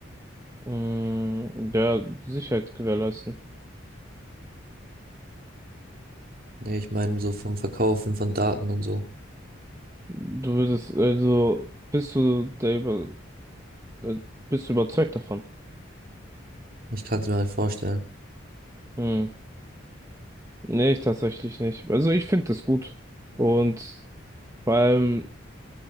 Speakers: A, on the right (about 15°); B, on the right (about 45°).
A: Mm, ja, Sicherheit gewährleisten.
B: Nee, ich meine so vom Verkaufen von Daten und so.
A: Du würdest, also, bist du der über, äh, bist du überzeugt davon?
B: Ich kann es mir halt vorstellen.
A: Hm. Nee, ich tatsächlich nicht. Also ich finde das gut. Und vor allem,